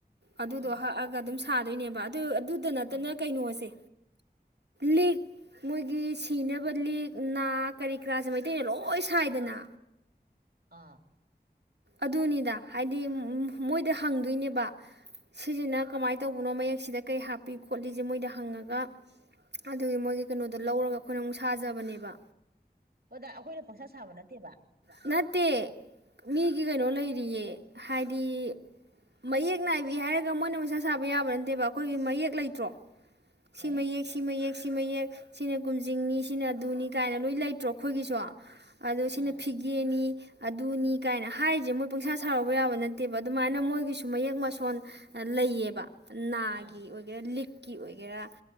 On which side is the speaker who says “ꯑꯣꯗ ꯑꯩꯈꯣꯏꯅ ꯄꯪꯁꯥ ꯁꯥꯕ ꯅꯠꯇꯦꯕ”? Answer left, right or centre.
Right